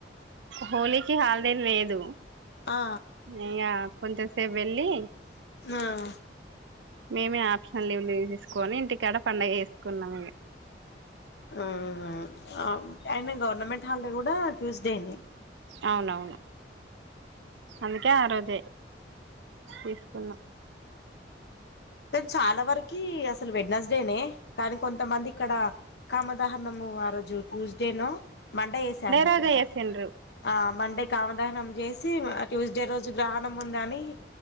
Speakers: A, on the right (about 85°); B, on the left (about 65°).
A: హోలీకి హాలిడే లేదు
B: ఆ
A: ఇకా కొంతసేపు వెళ్ళి
B: ఆ
A: నేనే ఆప్షనల్ లీ లీవ్ తీసుకొని ఇంటికాడ పండగ చేసుకుందాం అని
B: ఆ అ అయిన గవర్నమెంట్ హాలిడే కూడా ట్యూస్డే నే
A: అవునవును అందుకే ఆ రోజు తీసుకున్నా
B: చాలా వరకి అసలు వెడ్నర్స్డేనే కానీ కొంతమంది ఇక్కడ కామదాహనము వర జు ట్యూస్డే నే మండే చేశారనుకుంటా
A: రోజే చేసిండ్రు
B: ఆ మండే కామదహనం చేసి ఆ ట్యూస్డే రోజు గ్రహణం ఉందని